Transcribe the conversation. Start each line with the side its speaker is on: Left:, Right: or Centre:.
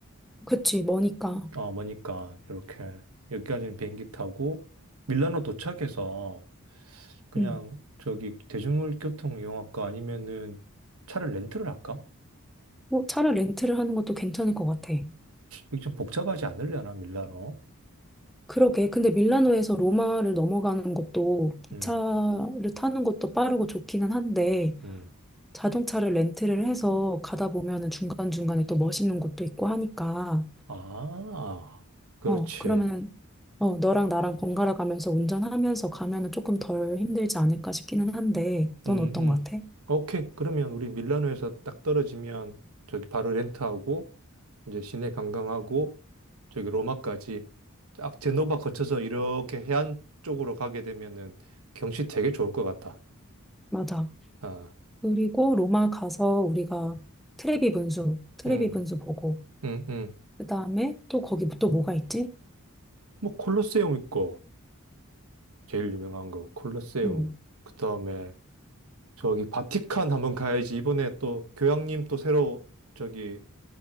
Centre: 그치, 머니까.
Right: 어, 뭐니까, 이렇게, 여기까지는 비행기 타고, 밀라노 도착해서, 그냥,
Centre: 응.
Right: 저기, 대중교통 이용할까? 아니면은, 차를 렌트를 할까?
Centre: 뭐 차를 렌트를 하는 것도 괜찮을 것 같아.
Right: 이게 좀 복잡하지 않으려나, 밀라노?
Centre: 그러게. 근데 밀라노에서 로마를 넘어가는 것도 기차를
Right: 음,
Centre: 타는 것도 빠르고 좋기는 한데
Right: 음.
Centre: 자동차를 렌트를 해서 가다 보면은 중간중간에 또 멋있는 곳도 있고 하니까
Right: 아, 그렇지.
Centre: 어, 그러면 어, 너랑 나랑 번갈아 가면서 운전하면서 가면은 조금 덜 힘들지 않을까 싶기는 한데, 넌
Right: 음,
Centre: 어떤
Right: 음.
Centre: 것 같아?
Right: 오케이. 그러면 우리 밀라노에서 딱 떨어지면 저기 바로 렌트하고 이제 시내 관광하고 저기 로마까지 딱 제노바 거쳐서 이렇게 해안 쪽으로 가게 되면은 경치 되게 좋을 것 같다.
Centre: 맞아.
Right: 아,
Centre: 그리고 로마 가서 우리가 트레비 분수, 트레비
Right: 음,
Centre: 분수 보고,
Right: 음, 음.
Centre: 그 다음에 또 거기 또 뭐가 있지?
Right: 뭐 콜로세움 있고 제일 유명한 거 콜로세움.
Centre: 음,
Right: 그 다음에 저기 바티칸 한번 가야지. 이번에 또 교황님 또 새로 저기